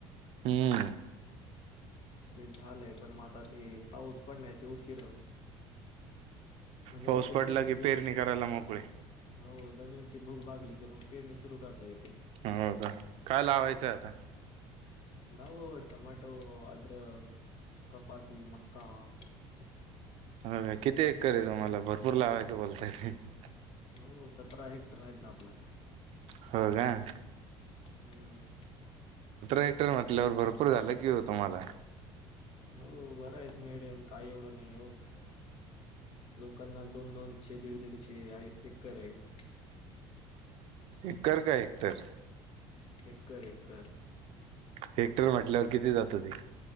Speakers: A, on the right; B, on the left.
A: हम
B: ते झालंय, पण मग आता ते पाऊस पडण्याची उशीर म्हणजे
A: पाऊस
B: कस
A: पडला
B: जमिनीची
A: की पेरणी करायला मोकळे
B: हो जमिनी भूक भागली की मग पेरणी सुरू करता येते.
A: हं, हं, हं. काय लावायचंय आता?
B: लावु टमॅटो, आद्रक, कपासी, मका <unintelligible>
A: होय, किती एकर हाय तुम्हाला भरपूर लावायचं बोलतायेत?
B: हो सतरा हेक्टर आहेत ना आपलं.
A: होय काय?
B: हम्म.
A: हेक्टर म्हटल्यावर भरपूर झालं की हो तुम्हाला.
B: हो बर आहेत मीडियम काही एवढं नाही हो. लोकांना दोन दोनशे, दीड दीडशे आहेत एकर आहेत.
A: एकर काय हेक्टर?
B: Acre, acre.
A: हेक्टर म्हंटल्यावर किती जातं ते?